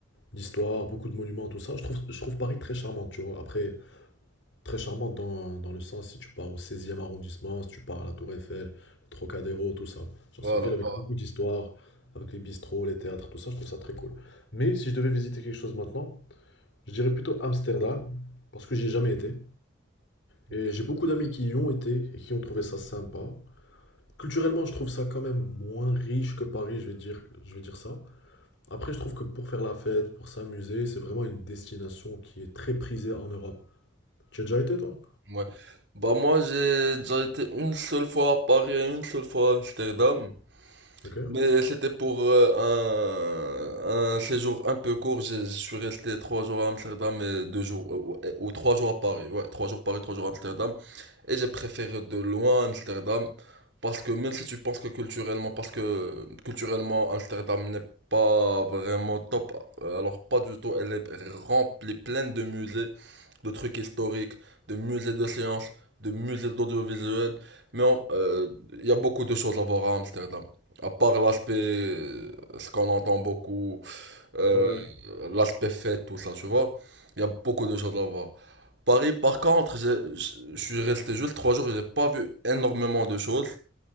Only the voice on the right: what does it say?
Voilà,
pas.
Ok.
Ouais. Bah moi j'ai déjà été une seule fois à Paris et une seule fois à Amsterdam.
Mais c'était pour euh, un, un séjour un peu court. J'ai- Je suis resté trois jours à Amsterdam et deux jours ou, ou- ou trois jours à Paris. Ouais, trois jours Paris, trois jours à Amsterdam. Et j'ai préféré de loin Amsterdam parce que même si tu penses que culturellement, parce que culturellement Amsterdam n'est pas vraiment top, euh, alors pas du tout, elle est remplie, pleine de musées, de trucs historiques, de musées de sciences, de musées d'audiovisuel, mais en- euh, il y a beaucoup de choses à voir à Amsterdam. À part l'aspect, euh, ce qu'on entend beaucoup, euh,
l'aspect fête, tout ça, tu vois. Il y a beaucoup de choses à voir. Paris, par contre, j'ai- je je suis resté juste trois jours, j'ai pas vu énormément de choses,